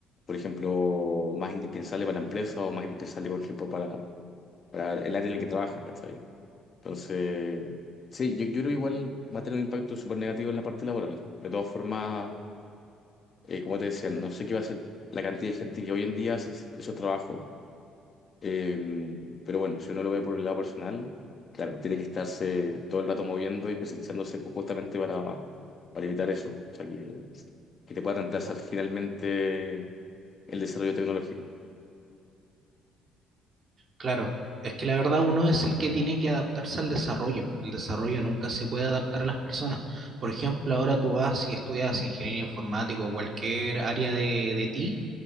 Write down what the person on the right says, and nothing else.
Claro, es que la verdad uno es el que tiene que adaptarse al desarrollo. El desarrollo nunca se puede adaptar a las personas. Por ejemplo, ahora tú vas y estudias ingeniería informática o cualquier área de, de ti